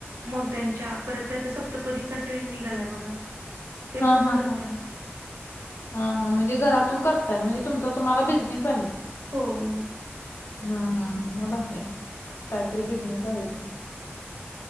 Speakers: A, on the right (about 90°); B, on the left (about 65°).
A: मोत्यांच्या परत ते आता सप्तपदीचा ट्रेंड निघालाय बघा. ते
B: हा
A: पण
B: हा
A: करते
B: हा.
A: ना
B: हा हा म्हणजे घरातून करताय म्हणजे तुमचा तुम्हाला बिझनेस आहे.
A: हो हो.
B: हम हम ह मग भारी आहे कायतरी बिझनेस आहे तुमचा.